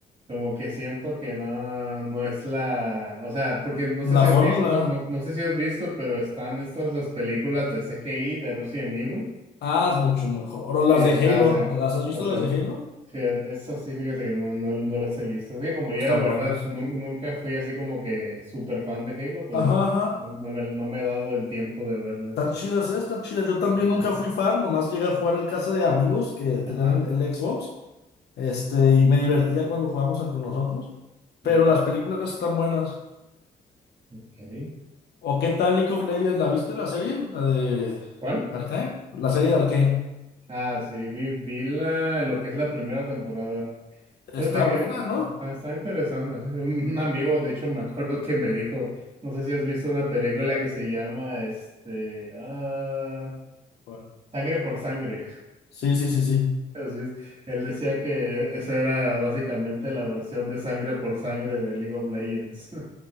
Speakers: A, on the right; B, on the left.
A: como que siento que no, no es la, o sea, porque no
B: <laughs>
A: sé
B: La
A: si has
B: fórmula.
A: visto, no, no, no sé si has visto, pero están estas las películas de C G I de Resident Evil,
B: Ah, es mucho mejor.
A: sí,
B: O las de
A: o sea,
B: Halo.
A: o sea,
B: ¿Las has visto
A: o sea.
B: las de Halo?
A: Fíjate, esa sí, fíjate que no, no, no las he visto. Es que como yo
B: Están
A: la verdad
B: buenas.
A: nun- nunca fui así como que súper fan de Halo, pues
B: Ajá,
A: no,
B: ajá.
A: no me, no me he dado el tiempo de verlas.
B: Tan chidas, ¿eh? Están chidas. Yo también
A: Ujú.
B: nunca fui fan. Nomás llegué a jugar en casa de amigos que tenían
A: Ajá,
B: el, el Xbox. Este, y me divertía cuando jugábamos entre nosotros. Pero
A: ok,
B: las películas están buenas.
A: ok.
B: ¿O qué tal League of Legends? ¿La viste la serie? ¿La de
A: ¿Cuál?
B: Arcane? La serie de Arcane.
A: Ah, sí, vi, vi la, lo que es la primera temporada.
B: Está
A: Fíjate
B: buena,
A: que
B: ¿no?
A: está, está interesante. Un, un amigo, de hecho, me acuerdo que me dijo, no sé si has visto una película que se llama, este, ah,
B: Bueno,
A: Sangre por Sangre.
B: sí, sí, sí, sí.
A: Así es. Él decía que esa era básicamente la versión de sangre por sangre de League of Legends. <laughs>